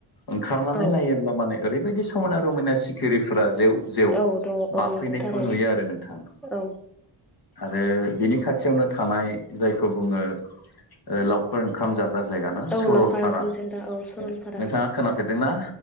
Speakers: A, on the left (about 50°); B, in the centre.
A: ओंखारनानै
B: औ
A: नायोब्ला माने ओरैबायदि समायना रमायना सिखरिफोरा जेव जेव
B: औ दङ
A: बाफैनायखौ
B: औ नंगौ थारैनो
A: नुयो आरो नोंथां।
B: औ
A: आरो बिनि खाथियावनो थानाय जायखौ बुङो लावखार ओ ओंखाम जाग्रा जायगा ना
B: औ
A: सरलपारा
B: लावखार ओंखाम जायग्रा सरलपारा
A: औ नोंथाङा खोनाफेरदोंना